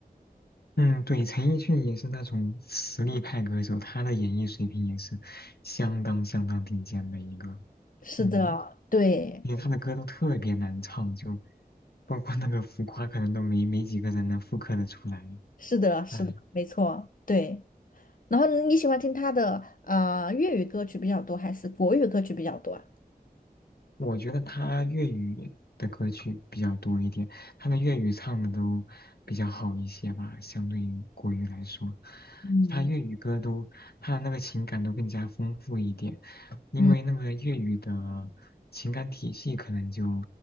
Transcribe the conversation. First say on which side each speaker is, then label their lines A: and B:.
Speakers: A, on the left; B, on the left.
A: 嗯，对，陈奕迅也是那种实力派歌手，他的演绎水平也是相当相当顶尖的一个。
B: 是的，
A: 嗯，
B: 对，
A: 因为他的歌都特别难唱，就包括那个浮夸，可能都没没几个人能复刻的出来。
B: 是的，是的，
A: 哎，
B: 没错，对。然后你喜欢听他的呃粤语歌曲比较多，还是国语歌曲比较多啊？
A: 我觉得他粤语的歌曲比较多一点，他的粤语唱的都比较好一些吧，相对于国语来说，
B: 嗯。
A: 他粤语歌都他的那个情感都更加丰富一点。因为那个粤语的情感体系可能就
B: 嗯